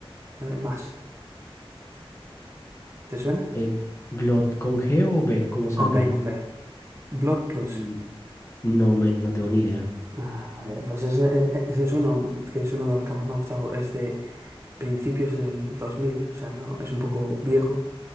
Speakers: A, on the right; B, on the left.
A: eh, más. ¿Te suena?
B: Eh, ¿Glot con G o B como sangre?
A: Con B, con B. Blood Plus.
B: Mm. No, men, no tengo ni idea.
A: Ah, vale. Pues ese, e- e, ese es uno que es uno de los que más me ha gustado. Es de principios del 2000, o sea, no, es un poco viejo,